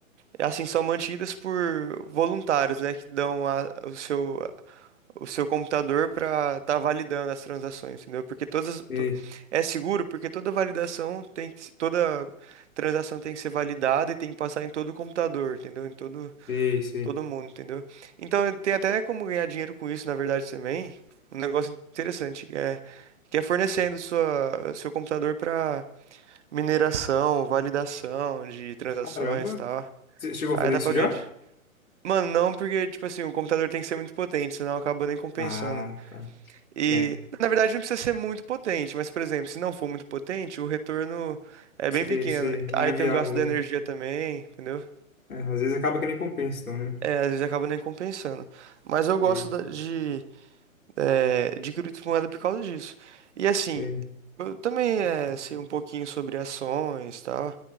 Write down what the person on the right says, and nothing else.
assim, são mantidas por voluntários, né, que dão a- o seu, o seu computador para estar validando as transações, entendeu? Porque todas,
to- é seguro porque toda validação tem que, se- toda transação tem que ser validada e tem que passar em todo o computador, entendeu? Em todo,
todo mundo, entendeu? Então tem até como ganhar dinheiro com isso, na verdade, também. Um negócio interessante que é, que é fornecendo sua, seu computador para mineração, validação de transações
e tal.
Aí
dá
pra ganhar.
de- Mano, não, porque, tipo assim, o computador tem que ser muito potente, senão acaba nem compensando.
E,
na verdade, não precisa ser muito potente, mas, por exemplo, se não for muito potente, o retorno é
bem pequeno.
Aí
tem
o gasto da
energia também, entendeu?
É, às vezes acaba nem compensando. Mas eu gosto
da- de, é, de criptomoeda por causa disso. E assim,
eu também é, sei um pouquinho sobre ações e tal.